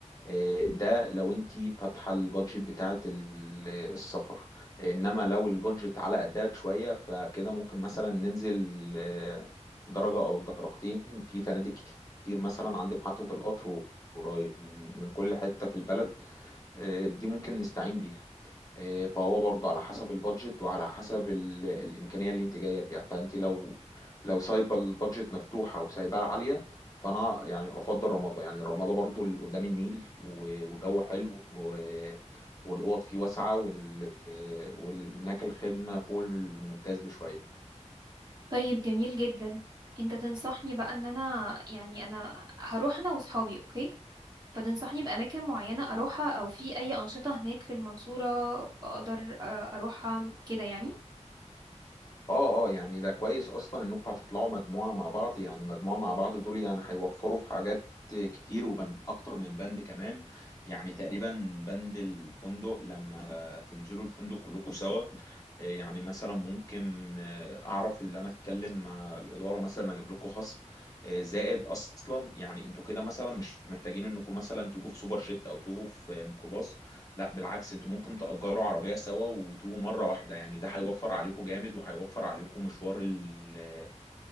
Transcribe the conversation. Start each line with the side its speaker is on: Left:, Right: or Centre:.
Left: آه، ده لو انت فاتحه البادجت بتاعه ال- السفر انما لو البادجت على قدها شويه فكده ممكن مثلا ننزل آه، درجه او درجتين في فنادق كتير مثلا عند محطه القطر وراي من كل حته في البلد آه، دي ممكن نستعين بيها إيه، فهو برضه على حسب البادجت وعلى حسب ال- الإمكانية اللي انت جاية بيها فانت لو لو سايبة البادجت مفتوحة وسايباها عالية فانا يعني افضل رمضة يعني الرمضة برضه اللي قدام النيل و- وجو حلو و- والأوض فيه واسعة وال- وهناك الخدمة فوق الممتاز بشوية
Right: طيب جميل جدا انت تنصحني بقى ان انا يعني انا هروح انا واصحابي اوكي فتنصحني باماكن معينة اروحها او في اي انشطة هناك في المنصورة اقدر آه، اروحها كده يعني
Left: اه اه يعني ده كويس اصلا انكم هتطلعوا مجموعه مع بعض يعني مجموعه مع بعض دول يعني هيوفروا في حاجات كتير وبند اكتر من بند كمان يعني تقريبا بند الفندق لما تنزلوا الفندق كلكم سوا آه، يعني مثلا ممكن آه، اعرف اللي انا اتكلم مع الاداره مثلا اجيب لكم خصم آه، زائد اصلا يعني انتوا كده مثلا مش محتاجين انكم مثلا تيجوا في سوبر جيت او تيجوا في ميكروباص لا بالعكس انتوا ممكن تأجروا عربية سوا وتيجوا مرة واحدة يعني ده هيوفر عليكم جامد وهيوفر عليكم مشوار ال-